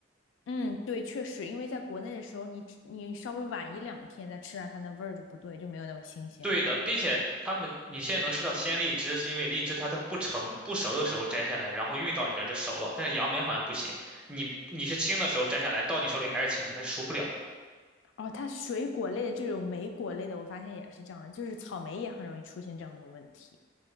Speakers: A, on the left (about 75°); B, in the centre.
A: 嗯，对，确实，因为在国内的时候，你吃你稍微晚一两天再吃它，它那味儿就不对，就没有那么新鲜了。
B: 对的，并且他们你现在能吃到鲜荔枝，是因为荔枝它在不成不熟的时候摘下来，然后运到你这儿就熟了，但是杨梅好像不行，你你是青的时候摘下来，到你手里还是青的，它熟不了。
A: 哦，它水果类的这种莓果类的，我发现也是这样的，就是草莓也很容易出现这样的问题。